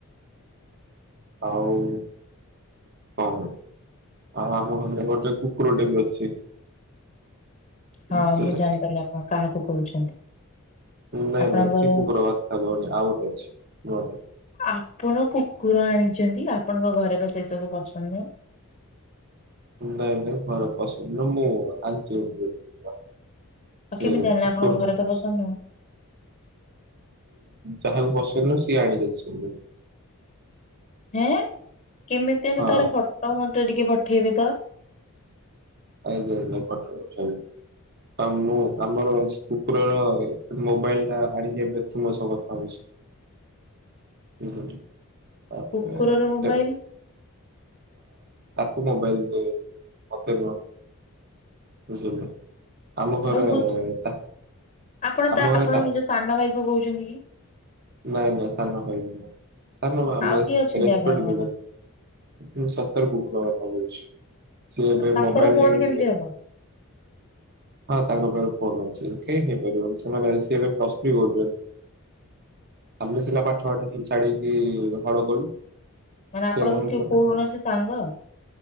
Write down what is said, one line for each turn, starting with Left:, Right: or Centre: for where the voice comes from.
Right: ଆଉ। <unintelligible> ଆଉ ଆମ ଘରେ ଗୋଟେ କୁକୁରଟେ ବି ଅଛି।
Left: ହଁ
Right: ବୁଝିଲେ।
Left: ମୁଁ ଜାଣିପାରିଲି ଆପଣ କାହାକୁ କହୁଛନ୍ତି?
Right: ନାଇଁ
Left: ଆପଣଙ୍କର
Right: ନାଇଁ ସେ କୁକୁର କଥା କହୁନି ଆଉ ଗୋଟେ ଅଛି ନୁଆଟେ।
Left: ଆପଣ କୁକୁର ଆଣିଛନ୍ତି ଆପଣଙ୍କ ଘରେ ବା ସେ ସବୁ ପସନ୍ଦ ନୁହଁ।
Right: ନାଇଁ ନାଇଁ ଘର ପସନ୍ଦ ନୁଅ ମୁଁ ଆଣିଛି ଗୋଟେ
Left: ଆଉ
Right: ସେ
Left: କେମିତି ଆଣିଲେ
Right: କୁକୁର।
Left: ଆପଣଙ୍କ ଘରେ ତ ପସନ୍ଦ ନୁହଁ
Right: ଯାହାକୁ ପସନ୍ଦ ନୁହଁ ସିଏ ଆଣିକି ଆସିବ।
Left: ହେଁ କେମିତି ଆଗେ
Right: ହଁ
Left: ତାର ଫଟ ମୋତେ ଟିକେ ପଠେଇବେ ତ।
Right: ଆଜ୍ଞା ଆଜ୍ଞା ଫଟୋ ପଠେଇବି। ତ ମୁଁ ଆମର କୁକୁରର ମୋବାଇଲଟା ଆଣିକି ଏବେ ତମ ସହ କଥା ହୋଉଛି। ବୁଝିଗଲି। ଆ <inaudible>
Left: କୁକୁରର
Right: ହଁ। <unintelligible>
Left: ମୋବାଇଲ
Right: ତାକୁ ମୋବାଇଲ ଦିଆହେଇଚି ମତେ ନୁହଁ। ବୁଝିଲେ ଆମଘର
Left: ମୁଁ ବୁଝ
Right: ତା
Left: ଆପଣ ତା
Right: ଆମଘର
Left: ଆପଣ
Right: ପା
Left: ନିଜ ସାନ ଭାଇକୁ କୋହୁଚନ୍ତି କି?
Right: ନାଇଁ ନାଇଁ ସାନ ଭାଇ ନୁହଁ ସାନ ଭାଇ ଆମେ
Left: ଆଉ
Right: ରେସ୍
Left: କିଏ ଅଛନ୍ତି
Right: ରେସପେକ୍ଟ
Left: ଆପଣଙ୍କର?
Right: ଦୋବୁ। ମୁଁ ସତରେ କୁକୁର ବାପା କୋହୁଛି ସିଏ ଏବେ
Left: ତାଙ୍କର
Right: ମୋବାଇଲ
Left: ଫୋନ
Right: ନେଇକି
Left: କେମିତି
Right: ଯିବେ
Left: ହବ
Right: ହଁ ତାଙ୍କ ପାଖରୁ ଫୋନ୍ ଅଛି ଓକେ ହେଇପାରିବନି ସେ ମାନେ ସିଏ ଏବେ ପ୍ଲସ ଥ୍ରୀ କରୁଚନ୍ତି। ଆମେ ସିନା ପାଠ ଫାଠ ଟିକେ ଛାଡ଼ିକି ହଳ କଲୁ।
Left: ମାନେ ଆପଣଙ୍କ
Right: ସିଏ କଣ
Left: କିଏ
Right: କଲେ
Left: କୌଣସି ସାଙ୍ଗ?